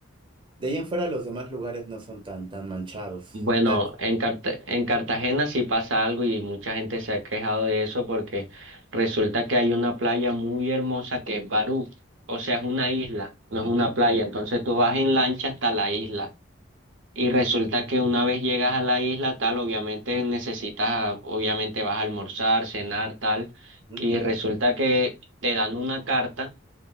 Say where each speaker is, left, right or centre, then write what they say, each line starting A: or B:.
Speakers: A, on the right (about 25°); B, on the right (about 65°).
A: De ahí en fuera los demás lugares no son tan, tan manchados.
B: Bueno,
A: Tal.
B: en Carta- en Cartagena sí pasa algo y mucha gente se ha quejado de eso porque resulta que hay una playa muy hermosa que es Barú, o sea, es una isla, no es
A: Ujú,
B: una playa, entonces tú vas en lancha hasta la isla y resulta que una vez llegas a la isla tal, obviamente necesitas, obviamente vas a almorzar, cenar, tal,
A: ujú.
B: y resulta que te dan una carta